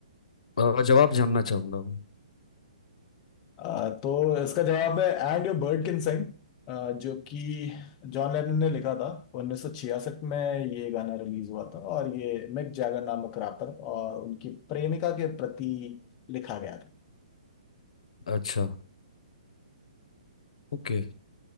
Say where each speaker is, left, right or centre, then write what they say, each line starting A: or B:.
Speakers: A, on the left; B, on the left.
A: अ, जवाब जानना चाहूंगा मैं।
B: आ, तो इसका जवाब है and your bird can sing जो कि जॉन लेनन ने लिखा था 1966 में ये गाना रिलीज हुआ था और ये मिक जैगर नामक रैपर और उनकी प्रेमिका के प्रति लिखा गया था
A: अच्छा ओके